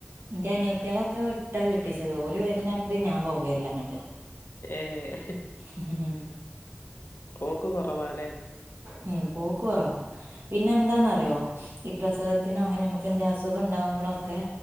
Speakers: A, on the right (about 70°); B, on the left (about 75°).
A: ന്റെ അനിയത്തിയാളൊക്കെ വിട്ടാ കെട്ടിച്ചത് ഓലി വര്ണ അത്രിയും ഞാൻ പോകലൃ അങ്ങോട്ട്
B: ഏഹോ
A: ഉം ഉം
B: പോക്ക് കുറവാലേ
A: മ്മ് പോക്ക് ക്കൊറവ പിന്നെന്താന്നറിയോ ഈ പ്രസവത്തിനും ങ്ങനെ നമുക്കെന്തെ അസുഖം ഉണ്ടാകുമ്പോളോക്കെ